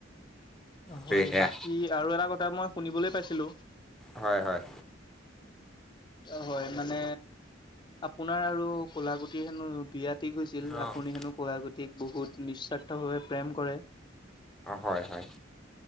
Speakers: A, on the left; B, in the centre.
A: হয়,
B: সেয়া
A: বাকী আৰু এটা কথা মই শুনিবলৈ পাইছিলো, -
B: হয় হয়।
A: অ হয়, মানে আপোনাৰ আৰু কোলা গুটি হেনো বিয়াত- ঠিক হৈছিল।
B: অ
A: আপুনি হেনো কলাগুটিক বহুত নিস্বাৰ্থ ভাৱে প্ৰেম কৰে।
B: হয় হয়